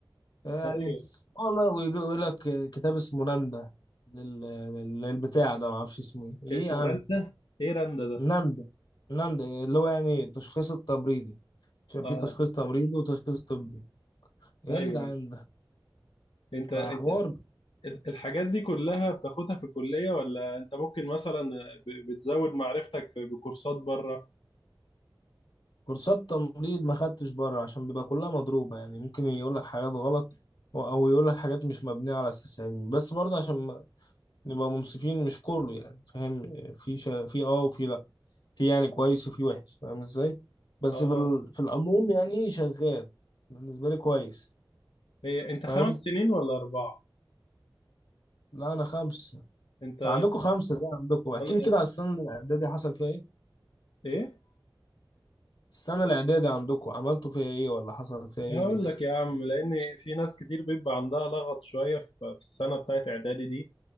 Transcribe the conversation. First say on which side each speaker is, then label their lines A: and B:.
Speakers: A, on the left (about 60°); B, on the left (about 80°).
A: يعني
B: ايوه
A: والله ويجي يقول لك كتاب اسمه ناندا لل... للبتاع ده ما اعرفش اسمه ايه ايه
B: اسمه
A: يا عم
B: رندا ايه رندا ده
A: ناندا ناندا اللي هو يعني التشخيص التمريضي عشان
B: اه
A: في تشخيص تمريضي وتشخيص طبي إيه
B: ايوه
A: يا جدعان ده
B: انت انت
A: بقى حوار
B: ال- الحاجات دي كلها بتاخدها في الكلية ولا انت ممكن مثلا ب- بتزود معرفتك في بكورسات بره
A: كورسات تمريض ما خدتش بره عشان بيبقى كلها مضروبة يعني ممكن يقول لك حاجات غلط و- او يقول لك حاجات مش مبنية على اساس علمي بس برضه عشان نبقى منصفين مش كله يعني فاهم في شا... في اه وفي لا في يعني كويس وفي وحش فاهم ازاي بس
B: اه
A: في ال... في العموم يعني شغال بالنسبة لي كويس
B: هي انت
A: فاهم
B: خمس سنين ولا اربعة
A: لا انا خمسة
B: انت
A: انت عندكم خمسة ده عندكم احكي
B: انا
A: لي كده على السنة الاعدادي حصل فيها ايه
B: ايه
A: السنة الاعدادي عندكم عملتوا فيها ايه ولا حصل فيها ايه
B: هقول
A: دي
B: لك يا عم لان في ناس كتير بيبقى عندها لغط شوية في في السنة بتاعت اعدادي دي